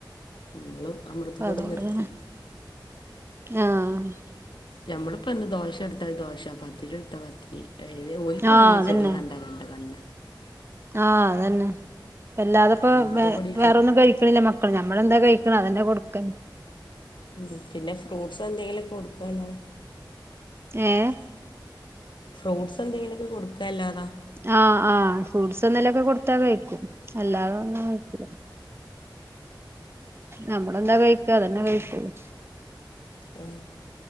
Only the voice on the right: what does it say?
അതുകൊണ്ട്ങ്ങനെ
ആഹ്
ആഹ്
അതന്നെ
ആഹ് അതന്നെ ഇപ്പ ഇല്ലാതെപ്പോ
വെ വേറൊന്നും കഴിക്കണില്ല മക്ക ഞമ്മളെന്താ കഴിക്കണം അതന്നെ കൊടുക്കണ്
ഏഹ്
ആഹ് ആ ഫ്രൂട്ട്സെന്തേലൊക്കെ കൊടുത്താ കഴിക്കും എല്ലാരും ഒന്നും കഴിക്കുല നമ്മളെന്താ കഴിക്ക അതന്നെ കഴിക്കുള്ളു